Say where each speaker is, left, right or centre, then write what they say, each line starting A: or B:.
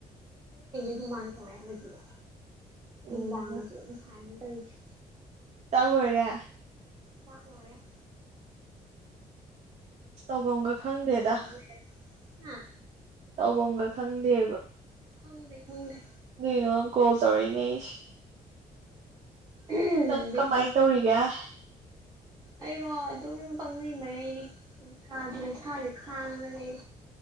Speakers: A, on the right; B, on the right.
A: ꯍꯨꯨꯃꯥꯡ ꯁꯧꯋꯦ ꯍꯥꯏꯕꯗꯨꯗꯤ ꯅꯨꯡꯗꯥꯡ
B: ꯎꯝ
A: ꯑꯣꯢꯁꯨ ꯑꯗꯨꯝ ꯁꯥꯏꯅꯦ ꯇꯧꯔꯤꯁꯦ
B: ꯆꯥꯛ ꯂꯣꯢꯔꯦ
A: ꯆꯥꯛ ꯂꯣꯢꯔꯦ
B: ꯇꯧꯐꯝꯒ
A: ꯆꯥꯔꯗꯕꯅꯤ
B: ꯈꯪꯗꯦꯗ
A: ꯉꯥꯏꯍꯥꯛ ꯍꯥ
B: ꯇꯧꯕꯝꯒ ꯈꯪꯗꯦꯕ
A: ꯈꯪꯗꯦ ꯈꯪꯗꯦ
B: ꯑꯗꯨꯏꯅꯣ ꯀꯣꯜ ꯇꯧꯔꯛꯏꯅꯦ ꯑꯩꯁꯦ
A: ꯎꯝ
B: ꯅꯪ
A: ꯕꯤꯠ
B: ꯀꯃꯥꯏꯅ ꯇꯧꯔꯤꯒꯦ <inaudible>
A: ꯑꯩꯩꯔꯣ ꯑꯗꯨꯝ ꯄꯪꯂꯩ ꯃꯔꯩꯔꯤ ꯅꯨꯡꯁꯥꯒꯤ ꯃꯩꯁꯥꯁꯦ ꯈꯥꯡꯉꯒ ꯂꯩ